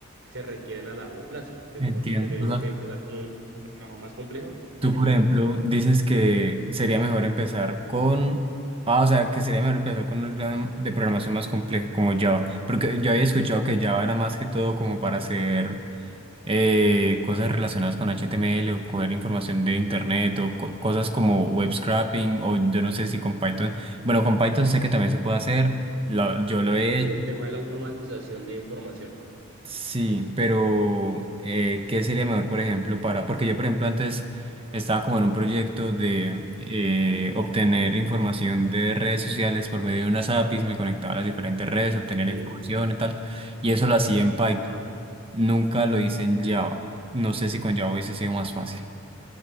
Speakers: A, on the right; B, on the right.
A: se requieren a largo plazo, que es
B: Entiendo.
A: por eso que yo digo que empezar con un programa más complejo es
B: Tú, por
A: mejor.
B: ejemplo, dices que sería mejor empezar con... Ah, o sea, que sería mejor empezar con un lenguaje de programación más complejo como Java. Porque yo había escuchado que Java era más que todo como para hacer eh, cosas relacionadas con HTML o coger información de internet o co- cosas como web scraping o yo no sé si con Python. Bueno, con Python sé que también se puede hacer. la- yo lo he
A: Sí,
B: hecho
A: el tema de la automatización de información.
B: Sí, pero eh, ¿qué sería mejor, por ejemplo, para...? Porque yo, por ejemplo, antes estaba como en un proyecto de eh, obtener información de redes sociales por medio de unas APIs, me conectaba a las diferentes redes, obtenía la
A: Sí.
B: información y tal, y eso lo hacía en Python.
A: ¿Entiendes?
B: Nunca lo hice en Java. No sé si con Java hubiese sido más fácil.